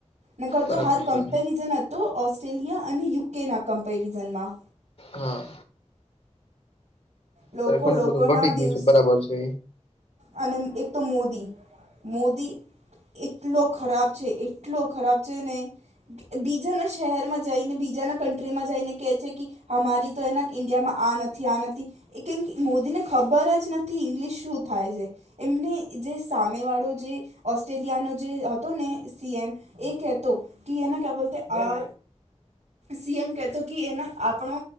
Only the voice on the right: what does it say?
નકરતો
હાલ કમ્પેરિઝન
હતો ઓસ્ટ્રેલિયા અને યુકેના કમ્પેરિઝનમાં.
લોકો
લોકોના
દિવસ.
અને એક તો મોદી, મોદી એટલો ખરાબ છે, એટલો ખરાબ છે, ને બીજાના શહેરમાં જઈને બીજાના કન્ટ્રીમાં જઈને કહે છે કે અમારી તો એના ઈન્ડિયામાં આ નથી, આ નથી એ કેમ કે મોદીને ખબર જ નથી ઇંગ્લિશ શું થાય છે એમને જે સામેવાળો જે ઓસ્ટ્રેલિયાનો જે હતો ને સીએમ એ કેતો કે એના ક્યા બોલતે આ સીએમ કહેતો કે એના આપણો